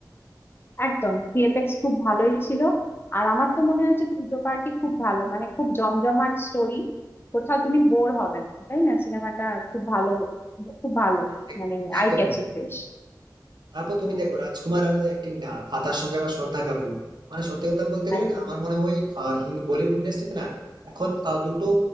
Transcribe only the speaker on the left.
একদম ভিএফএক্স খুব ভালোই ছিল আর আমার তো মনে হচ্ছে দুটো পার্টি খুব ভালো মানে খুব জমজমাট স্টোরি কোথাও তুমি বোর হবে না তাই না সিনেমাটা খুব ভালো খুব ভালো
মানে
আই ক্যাচি বেশ
হুম,
একদম